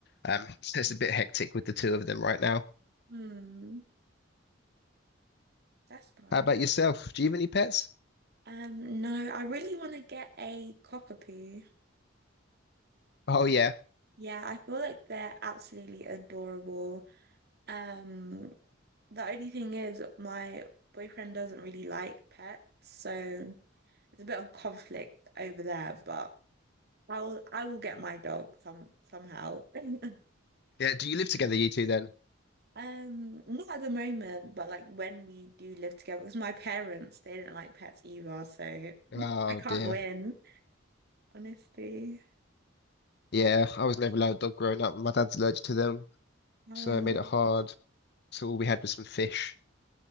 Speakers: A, on the left; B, on the right.
A: Um, <laughs> so it's
B: Hmm.
A: a bit hectic with the two of them right now.
B: Hmm. That's nice.
A: How about yourself? Do you have any pets?
B: Um, no, I really want to get a cockapoo.
A: Oh yeah,
B: Yeah, I feel like they're absolutely adorable. Um, the only thing is my boyfriend doesn't really like pets, so there's a bit of conflict over there, but I'll I will get my dog some somehow. <laughs>
A: yeah. Do you live together, you two then?
B: Um, not at the moment, but like when we do live together, because my parents they don't like pets either, so <laughs>
A: Oh
B: I can't
A: dear.
B: win, honestly.
A: Yeah, I was never allowed a dog growing up. My dad's allergic to them,
B: Um,
A: so it made it hard. So all we had was some fish.